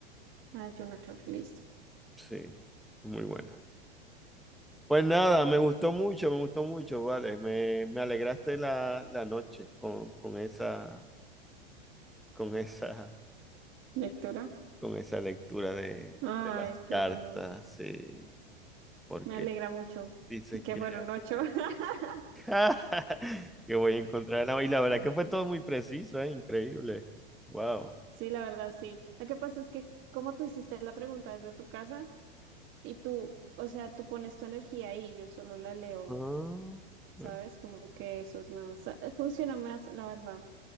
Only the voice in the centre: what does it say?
Sí, muy bueno. Pues nada, me gustó mucho, me gustó mucho, vale. Me, me alegraste la, la noche con, con esa, con esa,
con esa lectura de,
de las cartas,
sí, porque
dices
que,
<laughs> que voy a encontrar la... Y la verdad que fue todo muy preciso, ¿eh? Increíble. Wow.
Ah, bueno.